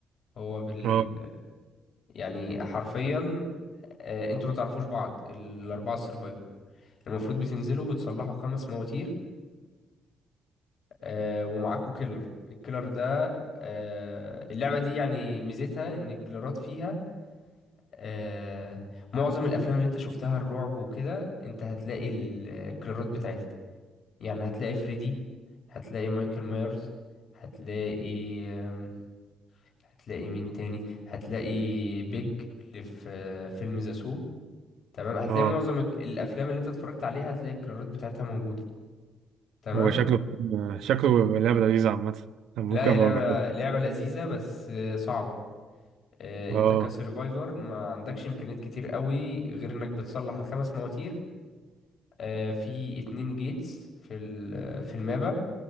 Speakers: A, on the left; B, on the right.
A: هو بال...
B: اه
A: يعني حرفيا آه، انتوا ما تعرفوش بعض الاربعه السرفايفر المفروض بتنزلوا بتصلحوا خمس مواتير آه، ومعاكوا كيلر الكيلر ده آه، اللعبه دي يعني ميزتها ان الكيلرات فيها آه، معظم الافلام اللي انت شفتها الرعب وكده انت هتلاقي ال- الكيلرات بتاعتها يعني هتلاقي فريدي هتلاقي مايكل مايرز هتلاقي آم، هتلاقي مين تاني هتلاقي بيج اللي في آه، فيلم ذا تمام هتلاقي
B: اه
A: معظم الك- الافلام اللي انت اتفرجت عليها هتلاقي الكرارات بتاعتها موجوده تمام
B: هو شكله شكله لعبه لذيذه عامه أنا ممكن
A: لا هي
B: ابقى
A: لعبه
B: اجربها
A: لعبه لذيذه بس آه، صعبه آه،
B: اه
A: انت كسرفايفر ما عندكش امكانيات كتير قوي غير انك بتصلح الخمس مواتير آه، في اتنين جيتس في ال- آه، في المابا